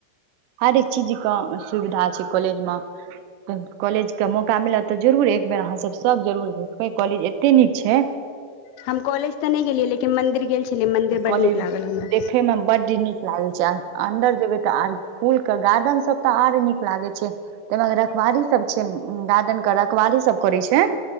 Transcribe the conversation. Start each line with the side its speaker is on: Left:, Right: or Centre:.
Right: हरेक चीज कऽ सुविधा छै कॉलेज मे कॉलेज के मौका मिलत तऽ जरुर एक बेर अहाँ सब सब जरूर देखबै कॉलेज एते नीक छै
Left: हम कॉलेज तऽ नहि गेलियै लेकिन मन्दिर गेल छलियै मन्दिर बड्ड
Right: कॉलेज
Left: नीक लागल हमरा
Right: देखे मे बड निक लागे छै आ अन्दर जेबे तऽ आर फूल के गार्डन सब तऽ आर नीक लागे छै ताहिमे रखवारी सभ छै गार्डेन के रखवारी सभ करे छै